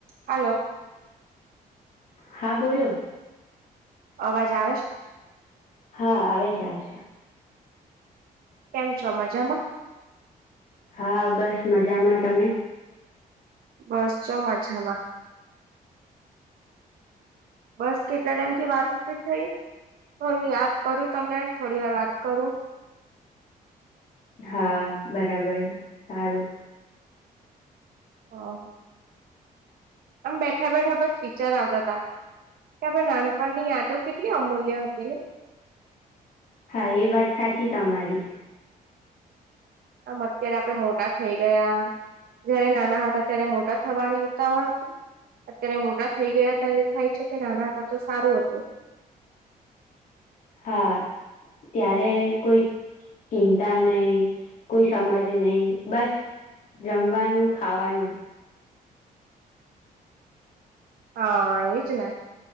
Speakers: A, on the right; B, on the left.
A: Hello
B: હા બોલો
A: અવાજ આવે છે
B: હા આવે છે આવે છે
A: કેમ છો મજામાં
B: હા બસ મજામાં તમે
A: બસ ચો મજામાં બસ કેટલા ટાઈમ થી વાત થઈ થું યાદ કરું તમને થોડી વાર વાત કરું
B: હા બરાબર સારું
A: હ આમ બેઠા બેઠા બસ વિચાર આવતા તા કે આપણે નાનપણની યાદો કેટલી અમૂલ્ય હતીને
B: હા એ વાત સાચી તમારી
A: આમ અત્યારે આપડે મોટા થઈ ગયા જયારે નાના હતા ત્યારે મોટા થવાની ઉતાવળ હતી અત્યારે મોટા થઈ ગયા હતા એવું થાય છે કે નાના હતા તો સારું હતું
B: હા ત્યારે કોઈ ચિંતા નહીિ કોઈ સમજ નહીિ બસ જમવાનું ખાવાનું
A: હા એજ ને